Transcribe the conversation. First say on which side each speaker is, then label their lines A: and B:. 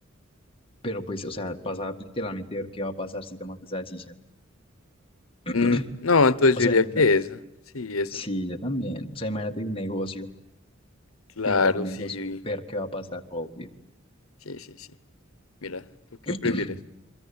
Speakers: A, on the left; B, on the left.
A: Pero pues, o sea, pasa literalmente a ver qué va a pasar si tomas esa decisión. <clears throat>
B: Mm, no, entonces
A: O
B: yo
A: sea,
B: diría
A: imagínate,
B: que esa. Sí, esa.
A: sí, yo también. O sea, imagínate un negocio,
B: Claro,
A: que se saca un negocio,
B: sí.
A: ver qué va a pasar, obvio.
B: Sí, sí, sí. Mira, ¿tú qué
A: <clears throat>
B: prefieres?